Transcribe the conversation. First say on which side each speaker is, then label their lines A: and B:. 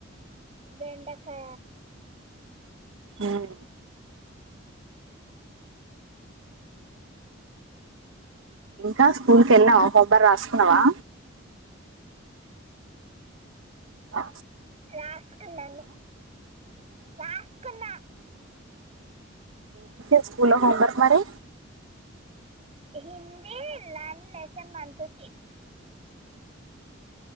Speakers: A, on the right; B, on the right.
A: బెండకాయ
B: ఉమ్ ఇంకా స్కూల్ కి వెళ్లినావా హోంవర్క్ రాసుకున్నావా ఆ
A: రాసుకున్నాను రాసుకున్న
B: ఏమిచ్చిర్రు స్కూల్లో హోంవర్క్ మరి
A: హిందీ లన్ లెసన్ వన్ టూ సిక్స్